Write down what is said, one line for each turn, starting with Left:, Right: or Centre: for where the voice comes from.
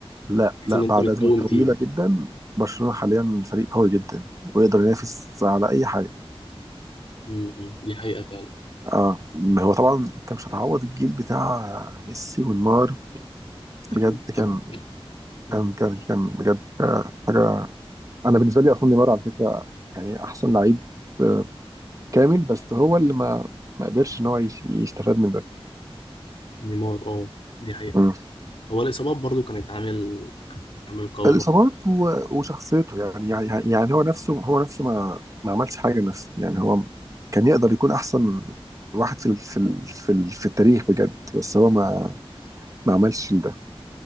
Right: لا
Left: حاسس
Right: لا
Left: ان انت
Right: بعد
Left: بتقوم
Right: أزمة طويلة
Left: تيم
Right: جدا برشلونة حاليا فريق قوي جدا ويقدر ينافس على أي حاجة
Left: امم دي حقيقه فعلا
Right: اه ما هو طبعا انت مش هتعوض الجيل بتاع ميسي ونيمار
Left: اكيد
Right: بجد كان
Left: طبعا امم
Right: كان كان كان بجد آه، حاجة أنا بالنسبة لي أصلا نيمار على فكرة يعني أحسن لعيب آه، كامل بس هو اللي ما ما قدرش إن هو يس- يستفاد من
Left: نيمار اه دي حقيقه
Right: ده
Left: هو الاصابات برضو كانت عامل عامل قوي
Right: الإصابات
Left: برضو
Right: و- وشخصيته يعني يعني يعني هو نفسه هو نفسه ما ما عملش حاجة لنفسه يعني هو كان يقدر يكون أحسن واحد في ال- في ال- في ال- في التاريخ بجد بس هو ما ما عملش ده